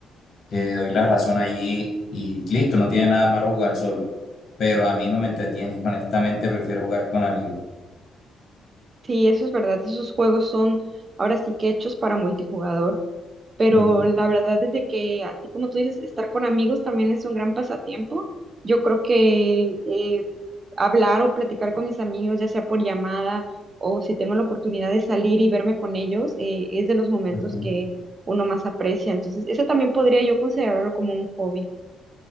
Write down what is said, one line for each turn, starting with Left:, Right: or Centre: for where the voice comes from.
Left: Te doy la razón allí y listo, no tiene nada malo jugar solo, pero a mí no me entretiene, <laughs> honestamente prefiero jugar con amigos.
Right: Sí, eso es verdad. Esos juegos son ahora sí que hechos para multijugador. Pero
Left: Mm,
Right: la verdad es de que, así como tú dices, estar con amigos también es un gran pasatiempo. Yo creo que eh, hablar o platicar con mis amigos, ya sea por llamada o si tengo la oportunidad de salir y verme con ellos, eh, es de los momentos
Left: ujú.
Right: que uno más aprecia. Entonces, eso también podría yo considerarlo como un hobby.